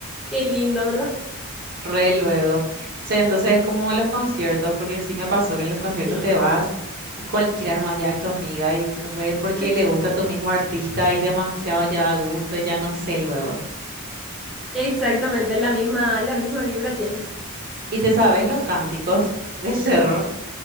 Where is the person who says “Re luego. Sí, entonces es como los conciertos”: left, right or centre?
Right